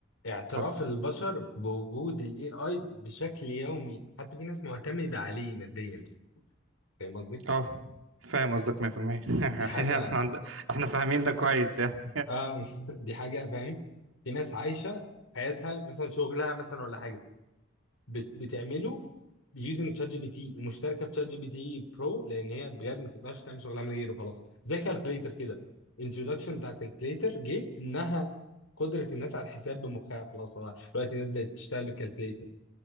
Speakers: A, on the left; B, on the right.
A: اعتراف
B: اتفضل
A: البشر بوجود الاي اي بشكل يومي حتى في ناس معتمدة عليه ماديا فاهم قصدي
B: اه فاهم قصدك 100% <laughs> يعني
A: دي حاجة
B: احنا عند... احنا فاهمين ده كويس يعني
A: اه <laughs> دي حاجة فاهم في ناس عايشة حياتها مثلا شغلها مثلا ولا حاجة بت- بتعمله بيوزنج تشات جي بي تي ومشتركه بتشات جي بي تي برو لان هي بجد ما تقدرش تعمل شغلها من غيره خلاص زي كالكليتر كده انتروداكشن بتاع كالكليتر جه انها قدره الناس على الحساب بمخها خلاص هو دلوقتي الناس بقت تشتغل بالكالكليتر